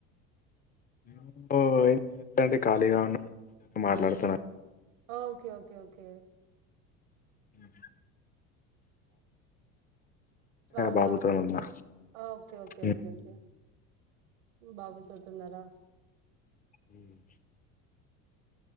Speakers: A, on the left; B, on the right.
A: <unintelligible> ఏం చేయలేదండి ఖాళీగా ఉన్నా మీతోనే మాట్లాడతన్నా
B: ఓకే ఓకే ఓకే
A: హ్మ్
B: అవునా
A: బాబుతో ఉన్నా
B: ఓకేఒకే
A: ఉమ్.
B: ఒకే ఒకే బాబుతోటున్నారా
A: మ్మ్